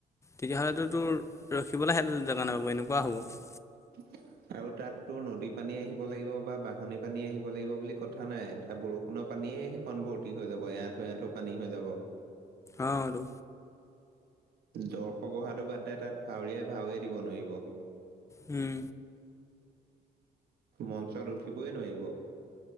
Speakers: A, on the left (about 15°); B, on the right (about 70°).
A: তেতিয়া হ'লেতো তোৰ ৰখিবলে সেয়াত জেগা নেপাব এনেকুৱা হ'ব।
B: <unintelligible> আৰু তাতটো নদী পানী আহিব লাগিব বা বাঁহনী পানী আহিব লাগিব বুলি কথা নাই। এতিয়া বৰ ষুণৰ পানীয়েই সেইখন ভৰ্তি হৈ যাব। এআঁঠু এআঁঠু পানী হৈ যাব।
A: অঁ, দু
B: দৰ্শ বহাটো বাদদে তাত ভাওৰীয়াই ভাওৱে দিব নোৱাৰিব।
A: উম।
B: মঞ্চত উঠিবই নোৱাৰিব